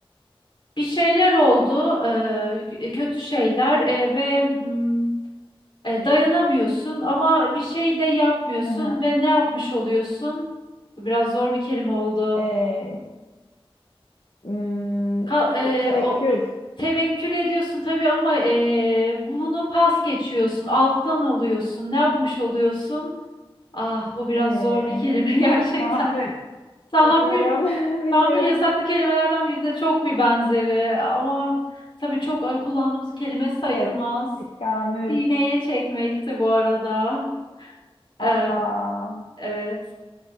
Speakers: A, on the left; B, on the left.
A: bir şeyler oldu. Ee, k- kötü şeyler ee, ve mm, e, dayanamıyorsun ama bir şey de yapmıyorsun
B: Aha.
A: ve ne yapmış oluyorsun? Bu biraz zor bir kelime oldu.
B: Ee, hmm,
A: Ka- ee,
B: te- tevekkül.
A: o tevekkül ediyorsun tabii ama ee, bunu pas geçiyorsun. Alttan alıyorsun. Ne yapmış oluyorsun? Ah bu biraz
B: Ee,
A: zor bir kelime <laughs> gerçekten.
B: tahammül.
A: Tahammül,
B: Bilmiyorum. <laughs> Bilmiyorum.
A: tahammül yasaklı kelimelerden biri de çok bir benzeri ama tabii çok e, kullandığımız kelime sayılmaz.
B: Sev Tabii ki Kamül.
A: Sineye çekmekti bu arada.
B: Aa,
A: Ee, evet.